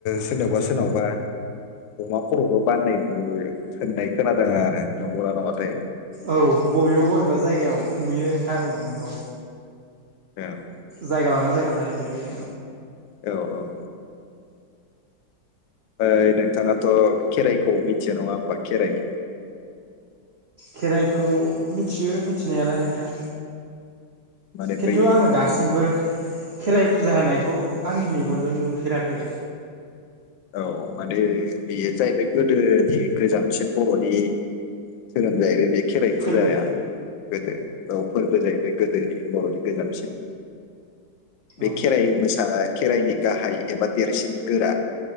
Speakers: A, on the left; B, on the right.
A: सोरनावबा सोरनावबा अमा खर'बो बाननाय होननाय खोनादोंाङा आरो लंगना नङाथाय
B: औ बबेबा बबेबा जायगायाव नुयो नोंथां औ नोंगौ
A: द
B: जायगा लाना जायगा जाह बे
A: औ औ ओइ नोंथाङाथ' खेराइखौ मिथिया नङा होमबा खेराइ
B: खेराइखौ मिथियो मिथिनायालाय नोंथां
A: माने
B: खिन्थु
A: बै
B: आङो दासिमबो खेराइ फुजा होनायखौ आंनि मेगनजों नुफेराखै
A: औ माने बेयो जाहैबाय गोदोनि गोजामसिन बर'नि धोरोम जाहैबाय बे खेराइ
B: फोरबो
A: फुजाया गोदो औ फोरबो जाहैबाय बे गोदोनि बर'नि गोजामसिन बे
B: औ
A: खेराइ मोसा खेराइनि गाहाय एबा देरसिन गोरा